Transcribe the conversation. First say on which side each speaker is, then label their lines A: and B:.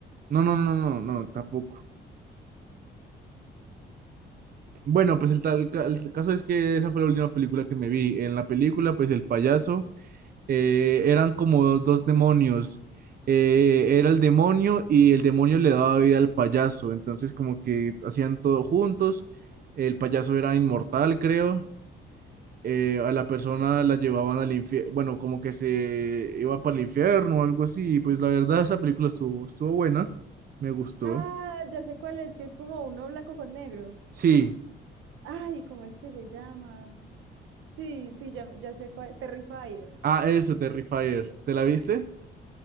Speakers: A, on the right (about 50°); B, on the right (about 85°).
A: No, no, no, no, no, tampoco. Bueno, pues el, tal, ca- el caso es que esa fue la última película que me vi. En la película, pues el payaso eh, eran como dos, dos demonios. Eh, era el demonio y el demonio le daba vida al payaso. Entonces, como que hacían todo juntos. El payaso era inmortal, creo. Eh, a la persona la llevaban al infierno. Bueno, como que se iba para el infierno o algo así. Y Pues la verdad, esa película estuvo, estuvo buena. Me gustó.
B: Ah, ya sé cuál es, que es como uno blanco con negro.
A: Sí,
B: Ay, ¿cómo es que se llama? Sí, sí, ya, ya sé cuál. Terrifier.
A: Ah, eso, Terrifier. ¿Te la viste?